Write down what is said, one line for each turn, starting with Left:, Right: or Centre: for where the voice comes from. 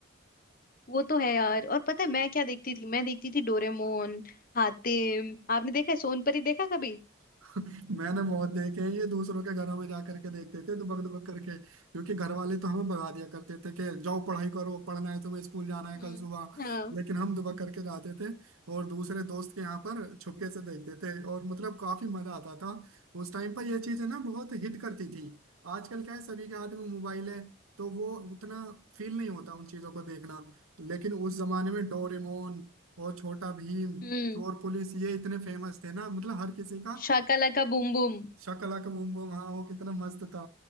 Left: वो तो है यार और पता है मैं क्या देखती थी मैं देखती थी डोरेमोन हातिम आपने देखा है सोनपरी देखा कभी
Right: <laughs> मैंने बहुत देखे हैं ये दूसरों के घरों में जा करके देखते थे दुबक दुबक करके क्योंकि घर वाले तो हमें भगा दिया करते थे कि जाओ पढ़ाई करो पढ़ना है तुम्हें स्कूल जाना है
Left: हम्म
Right: कल सुबह
Left: हाँ
Right: लेकिन हम दुबक करके जाते थे और दूसरे दोस्त के यहाँ पर छुपके से देखते थे और मतलब काफी मजा आता था उस टाइम पर ये चीजें ना बहुत हिट करती थी आजकल क्या है सभी के हाथ में मोबाइल है तो वो उतना फील नहीं होता उन चीजों को देखना लेकिन उस जमाने में डोरेमोन और छोटा भीम
Left: हम्म
Right: चोर पुलिस ये इतने फेमस थे ना मतलब हर किसी का
Left: Shaka laka boom boom
Right: शकलाका बूम बूम हाँ वो कितना मस्त था